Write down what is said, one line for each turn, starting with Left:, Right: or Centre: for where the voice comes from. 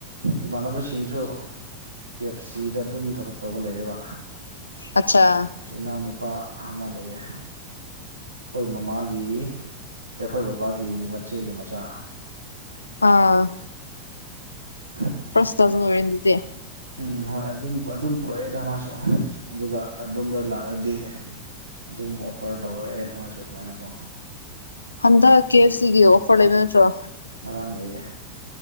Right: ꯏꯃꯥꯟꯅꯕꯁꯤꯡꯁꯨ ꯀꯦ ꯑꯦꯞ ꯁꯤꯗ ꯑꯗꯨꯝ ꯊꯕꯛ ꯇꯧꯒꯠꯂꯛꯑꯦꯕ
Left: ꯑꯆꯥ
Right: ꯏꯅꯥꯎ ꯅꯨꯨꯄꯥ ꯑꯃ ꯂꯩꯌꯦꯦ ꯑꯩꯈꯣꯏ ꯃꯃꯥꯒꯤ ꯑꯩꯈꯣꯏ ꯕꯕꯥꯒꯤ ꯃꯆꯦꯒꯤ ꯃꯆꯥ
Left: ꯑꯥ
Right: ꯑ
Left: ꯐ꯭ꯔꯁꯁ ꯑꯣꯏꯣꯏꯦꯟꯗꯤꯗꯤꯦ
Right: ꯎꯝ ꯍꯣꯏ ꯑꯗꯨꯝ ꯑꯗꯨꯝ ꯄꯨꯔꯛꯑꯦꯗ ꯃꯥꯁꯨ ꯑꯗꯨꯒ ꯑꯗꯨꯝꯗ ꯂꯥꯛ ꯗꯤ ꯑꯗꯨꯝ ꯑꯣꯐꯔ ꯇꯧꯔꯛꯑꯦ ꯃꯥꯁꯨ ꯑꯗꯨꯃꯥꯏꯅꯀꯣ
Left: ꯍꯟꯗꯛ ꯀꯦ ꯑꯦꯐ ꯁꯤꯒꯤ ꯑꯣꯐꯔ ꯂꯩꯕ ꯅꯠꯇ꯭ꯔꯣ
Right: ꯑꯔꯥꯡ ꯂꯩꯌꯦ